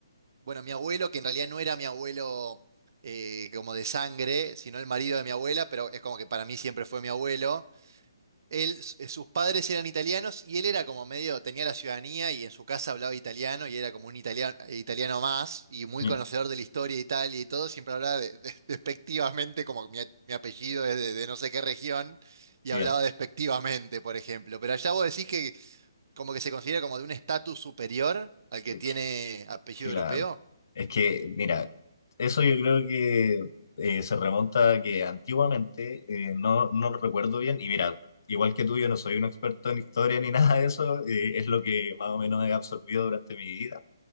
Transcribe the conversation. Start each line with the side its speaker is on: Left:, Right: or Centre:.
Right: bueno, mi abuelo, que en realidad no era mi abuelo eh, como de sangre, sino el marido de mi abuela, pero es como que para mí siempre fue mi abuelo. Él, s- eh, sus padres eran italianos y él era como medio, tenía la ciudadanía y en su casa hablaba italiano y era como un italiano, italiano más y muy
Left: ya,
Right: conocedor de la historia de Italia y todo, siempre hablaba de- de- despectivamente, como mi, a- mi apellido es de, de no sé qué región, y hablaba
Left: ya.
Right: despectivamente, por ejemplo. Pero allá vos decís como que se considera como de un estatus superior al
Left: Es
Right: que tiene
Left: que-
Right: apellido europeo.
Left: Claro. Es que, mira, eso yo creo que eh, se remonta a que antiguamente, eh, no, no lo recuerdo bien, y mira, igual que tú, yo no soy un experto en historia ni nada de eso, eh, es lo que más o menos he absorbido durante mi vida